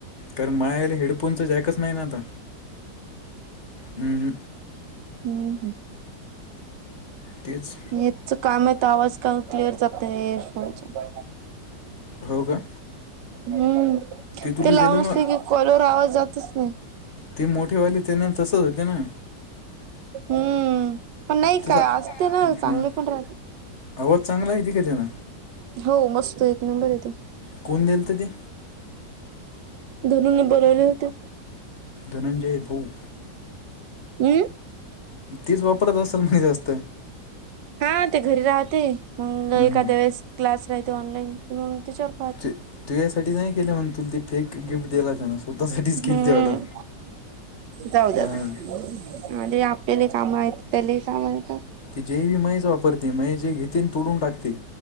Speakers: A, on the left (about 45°); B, on the right (about 75°).
A: तर माझ्या ह्याला हेडफोनचं जॅकच नाही ना, आता. ह ह.
B: ह ह.
A: तेच
B: याच काम आहे तर, आवाज का क्लिअर जात नाही एयरफोनचा.
A: हो का?
B: हम्म
A: तुला
B: ते लावून
A: दिलं
B: असले
A: ना
B: की, कॉलवर आवाज जातच नाही.
A: ती मोठी वाली त्यान तस होतय ना.
B: हुंम्म पण नाही
A: त्याचा
B: काय असते ना, चांगले
A: हां
B: पण राहते.
A: आवाज चांगला येतय का त्यान
B: हो मस्त एक नंबर येते.
A: कोण दिलं तर ते
B: घरून बनवले होते.
A: धनंजय भाऊ.
B: उ.
A: तीच वापरत असल काय जास्त.
B: हा ते घरी राहते, मग
A: हम्म,
B: एखाद्या वेळेस क्लास राहते ऑनलाईन. मग त्याच्यावर पाहत
A: ते तुझ्यासाठी नाही केले म्हण, तुला ते फेक गिफ्ट दिला त्यानं स्वतःसाठीच
B: हम्म
A: केलती ऑर्डर.
B: जाऊ
A: हां
B: दे आणि आपल्याले काम आहेत त्यालेही काम आहेत.
A: ती जेवी म्हयिच वापरते, म्हयीच जे घेते तोडून टाकते.